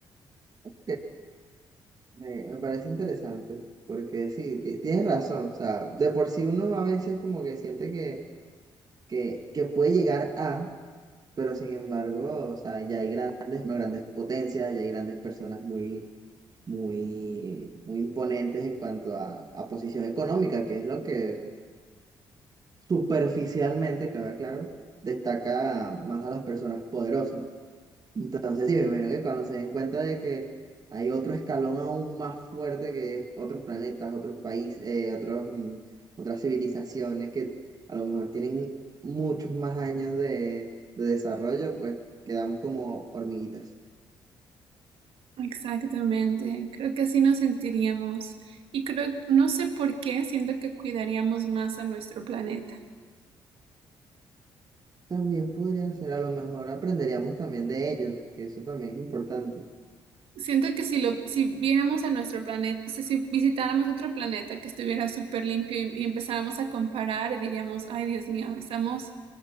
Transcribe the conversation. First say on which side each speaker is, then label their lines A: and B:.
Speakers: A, on the right (about 40°); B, on the right (about 70°).
A: Ok, me, me parece interesante, porque sí, ti- tienes razón. O sea, de por sí uno a veces como que siente que, que, que puede llegar a... Pero sin embargo, o sea, ya hay grandes, no, grandes potencias, ya hay grandes personas muy, muy, muy imponentes en cuanto a, a posición económica, que es lo que superficialmente, queda claro, destaca más a las personas poderosas. Entonces, sí, me imagino que cuando se den cuenta de que hay otro escalón aún más fuerte que es otros planetas, otros países, eh, otros, mm, otras civilizaciones que a lo mejor tienen muchos más años de, de desarrollo, pues quedamos como hormiguitas.
B: Exactamente, creo que así nos sentiríamos y creo, no sé por qué, siento que cuidaríamos más a nuestro planeta.
A: También podría ser, a lo mejor aprenderíamos también de ellos, que eso también es importante.
B: Siento que si lo, si viéramos a nuestro planeta, o sea, si visitáramos otro planeta que estuviera súper limpio y, y empezáramos a comparar, diríamos, ay, Dios mío, estamos